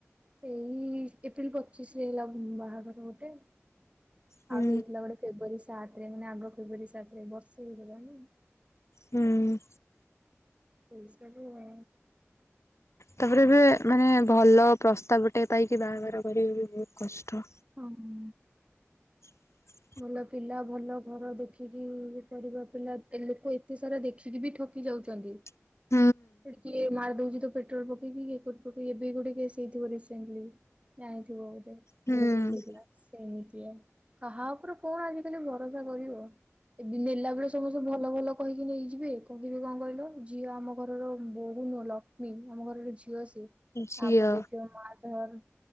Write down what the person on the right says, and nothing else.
ଏଇ ଏପ୍ରିଲ ପଚିଶି ରେ ହେଇଗଲା ବାହାଘର ଗୋଟେ।
ଆଉ ହେଇଥିଲା ଗୋଟେ ଫେବୃୟାରୀ ସାତେ ରେ ମାନେ ଆଗ ଫେବୃୟାରୀ ସାତେ ରେ ବର୍ଷେ ହୋଇଗଲାଣି।
ପରିଶ୍ରା ଗୃହ।
ହଁ ହୁଁ।
ଭଲ ପିଲା, ଭଲ ଘର ଦେଖିକି ଇଏ କରିବା <unintelligible> ପିଲା ଲୋକ ଏତେ ସାରା ଦେଖିକି ବି ଠକ ଠକି ଯାଉଛନ୍ତି
ଏଠି କିଏ ମାରିଦୋଉଚି ତ ପେଟ୍ରୋଲ ପକେଇକି କିଏ <unintelligible> ଏବେ ଗୋଟେ କେସ୍ ହେଇଥିବ ରିସେଣ୍ଟଲି ଜାଣିଥିବ ବୋଧେ
ଗୋଟେ କେସ ହେଇଥିଲା ସେମିତିଆ କାହା ଉପରେ ଙ୍କ ଆଜିିକାଲି ଭରସା କରିବ ଏଠି ନେଲା ବେଳେ ସବୁ ସମସ୍ତେ <unintelligible> ଭଲ ଭଲ କହିକି ନେଇଯିବେ କହିବେ ଙ୍କ କହିଲ ଝିଅ ଆମ ଘରର ବୋଉ ନୁହଁ ଲଖି ଲକ୍ଷ୍ମୀ ଆମ ଘରର ଝିଅ ସେ
ତାପରେ ଦେଖିବ ମାର ଧର